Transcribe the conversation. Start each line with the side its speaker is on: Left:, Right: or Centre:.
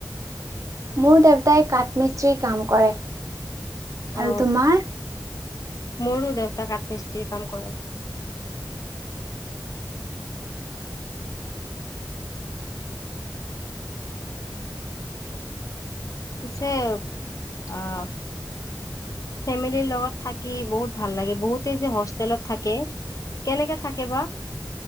Right: মোৰ দেউতাই কাঠ মিস্ত্ৰী কাম কৰে,
Left: অ
Right: আৰু তোমাৰ।
Left: মোৰো দেউতাক কাঠ্মিস্ত্ৰীৰ কাম কৰে। পছে, অহ। ফেমিলিৰ লগত থাকি বহুত ভাল লাগে বহুতে যে হোষ্টেলত থাকে। কেনেকে থাকে বা।